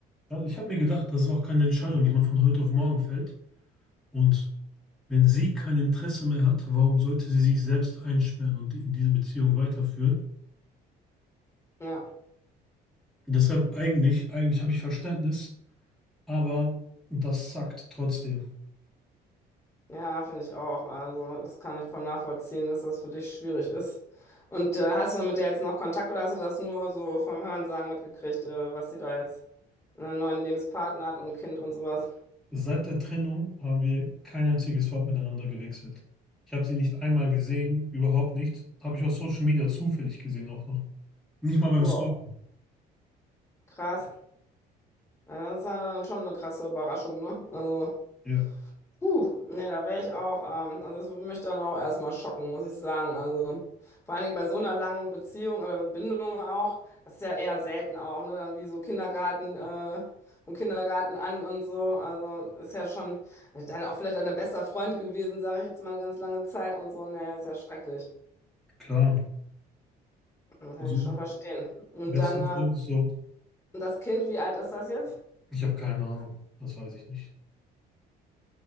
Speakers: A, in the centre; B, on the left (about 15°).
A: Also Ich habe mir gedacht, das ist auch keine Entscheidung, die man von heute auf morgen fällt. Und wenn sie kein Interesse mehr hat, warum sollte sie sich selbst einsperren und die, diese Beziehung weiterführen?
B: Ja,
A: Deshalb eigentlich, eigentlich habe ich Verständnis, aber das sackt trotzdem.
B: ja, finde ich auch. Also, das kann ich voll nachvollziehen, dass das für dich schwierig ist. Und äh, hast du mit der jetzt noch Kontakt oder hast du das nur so vom Hörensagen mitgekriegt, äh, was sie da jetzt einen neuen Lebenspartner hat und ein Kind und sowas?
A: Seit der Trennung haben wir kein einziges Wort miteinander gewechselt. Ich habe sie nicht einmal gesehen, überhaupt nicht. Habe ich auf Social Media zufällig gesehen auch noch. Nicht mal beim
B: Wow.
A: Stalken.
B: Krass. Ja, das ist ja dann schon eine krasse Überraschung, ne? Also,
A: Ja,
B: huh, nee, da wäre ich auch, ähm, also das würde mich dann auch erstmal schocken, muss ich sagen. Also, vor allen Dingen bei so einer langen Beziehung oder Bindung auch, das ist ja eher selten auch, ne? Dann wie so Kindergarten, äh, vom Kindergarten an und so. Also, ist ja schon dann auch vielleicht ein bester Freund gewesen, sage ich jetzt mal eine ganz lange Zeit und so. Nee, ist ja schrecklich.
A: klar.
B: Kann
A: Also,
B: ich schon verstehen. Und
A: bester
B: dann, äh,
A: Freund ist so,
B: und das Kind, wie alt ist das jetzt?
A: ich habe keine Ahnung, das weiß ich nicht.